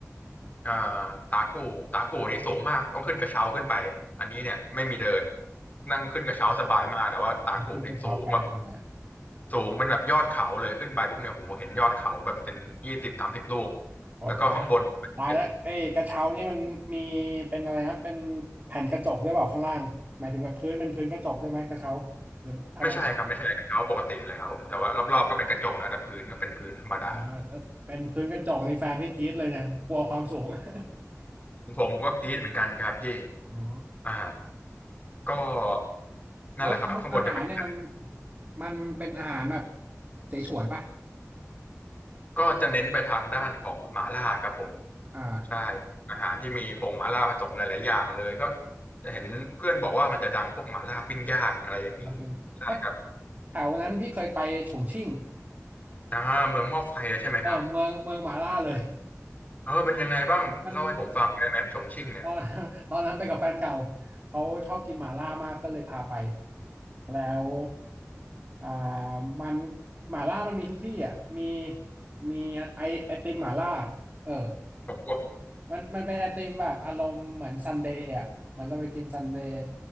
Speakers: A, on the left (about 30°); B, on the right (about 30°).
A: อ่าตากูตากูนี่สูงมากต้องขึ้นกระเช้าขึ้นไปอันนี้เนี่ยไม่มีเดินนั่งขึ้นกระเช้าสบายมากแต่ว่าตากูเนี่ยสูงแบบ
B: ขึ้นกระเช้าไปอ่า
A: สูงเป็นแบบยอดเขาเลยขึ้นไปปุ๊บเนี่ยโหเห็นยอดเขาแบบเป็นยี่สิบสามสิบลูก
B: พอตาย
A: แล้วก็ข้างบนเป็น
B: ตายแล้วเอ้ยกระเช้านี่มันมีเป็นอะไรนะเป็นแผ่นกระจกด้วยเปล่าข้างล่างหมายถึงแบบพื้นเป็นพื้นกระจกด้วยไหมกระเช้าหรือธรรมดา
A: ไม่ใช่ครับไม่ใช่เป็นเขาปกติเลยครับผมแต่ว่ารอบๆก็เป็นกระจกนะแต่พื้นก็เป็นพื้นธรรมดา
B: อ๋อแล้วเป็นพื้นกระจกนี่แฟนพี่กรี๊ดเลยเนี่ยกลัวความสูง <laughs>
A: ผมผมก็กรี๊ดเหมือนกันครับพี่
B: อ๋อ
A: อ่าก็นั่นแหละครับข้างบนจะเป็น
B: แล้วแล้วอาหารเนี่ยมันมันเป็นอาหารแบบเสฉวนป่ะ
A: ก็จะเน้นไปทางด้านของหม่าล่าครับผม
B: อ่า
A: ใช่อาหารที่มีผงหม่าล่าผสมหลายๆอย่างเลยก็จะเห็นเพื่อนบอกว่ามันจะดังพวกหม่าล่าปิ้งย่างอะไรอย่างนี้
B: มาเป็นไงเพราะ
A: ใช่ครับ
B: แถวนั้นพี่เคยไปฉงชิ่ง
A: อ่าเมืองหม้อไฟแล้วใช่ไหมครับ
B: เออเมืองเมืองหมาล่าเลย
A: เออเป็นยังไงบ้างเล่าให้ผมฟังได้ไหมฉงชิ่งเนี่ย
B: มันตอน <laughs> ตอนนั้นไปกับแฟนเก่าเขาชอบกินหมาล่ามากก็เลยพาไปแล้วอ่ามันหมาล่ามันมีทุกที่อ่ะมีมีไอไอติมหมาล่าเออ
A: ผมก็
B: มันมันเป็นไอติมแบบอารมณ์เหมือนซันเดย์อ่ะเหมันเราไปกินซันเดย์